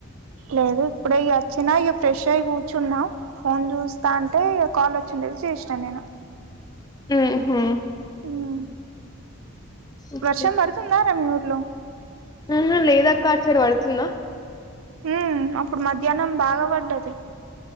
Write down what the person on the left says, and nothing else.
మ్ ఉహుమ్మ్
ఓకే
ఉహు మ్ లేదక్క అటు సైడ్ పడుతుందా